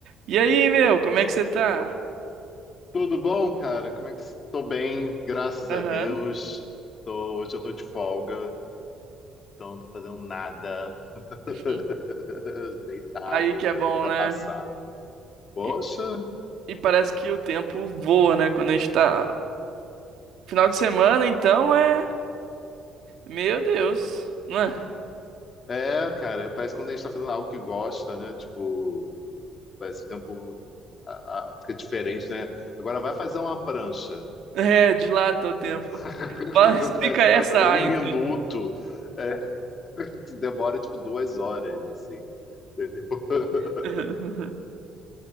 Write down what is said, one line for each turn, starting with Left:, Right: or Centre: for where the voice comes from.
Right: E aí, meu, como é que você tá?
Left: Tudo bom, cara? Como é que estou bem, graças
Right: Aham.
Left: a Deus. Tô- hoje eu tô de folga, então não tô fazendo nada. <laughs>
Right: <laughs>
Left: Deitado,
Right: Aí que é
Left: vendo
Right: bom,
Left: a vida
Right: né?
Left: passar. Poxa,
Right: E, e parece que o tempo voa, né? Quando a gente tá. Final de semana, então é. Meu Deus. Não é?
Left: é, cara, parece que quando a gente tá fazendo algo que gosta, né? Tipo, parece que o tempo a- a- fica diferente, né? Agora vai fazer uma prancha.
Right: É, dilata o tempo.
Left: <laughs>
Right: Fala, <laughs> explica
Left: Vai fazer
Right: essa,
Left: uma- um
Right: Einstein.
Left: minuto. É, <laughs> demora tipo duas horas, assim, entendeu? <laughs>
Right: <laughs>